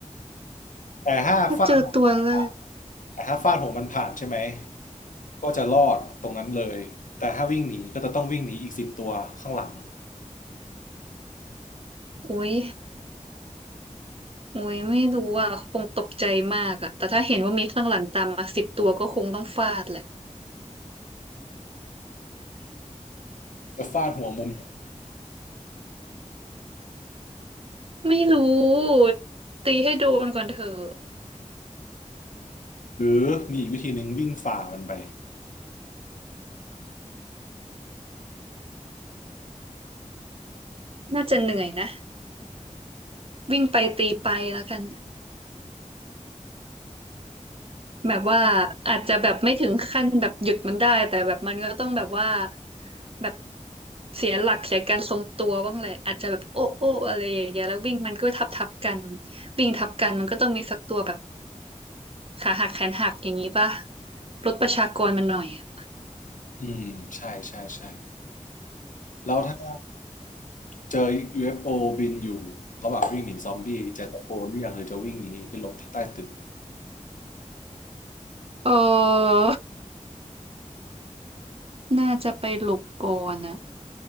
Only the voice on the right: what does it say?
ถ้าเจอตัวแรก
อุ้ยอุ้ยไม่รู้อ่ะคงตกใจมากอ่ะแต่ถ้าเห็นว่ามีข้างหลังตามมาสิบตัวก็คงต้องฟาดแหละ
ไม่รู้ตีให้โดนก่อนเถอะ
น่าจะเหนื่อยนะวิ่งไปตีไปแล้วกัน แบบว่าอาจจะแบบไม่ถึงขั้นแบบหยุดมันได้แต่แบบมันก็ต้องแบบว่าแบบเสียหลักเสียการทรงตัวบ้างแหละอาจจะแบบโอ้โอ้อะไรอย่างเงี้ยแล้ววิ่งมันก็ทับทับกันวิ่งทับกันมันก็ต้องมีสักตัวแบบขาหักแขนหักอย่างงี้ป่ะลดประชากรมันหน่อยอะ
เออน่าจะไปหลบก่อนอ่ะ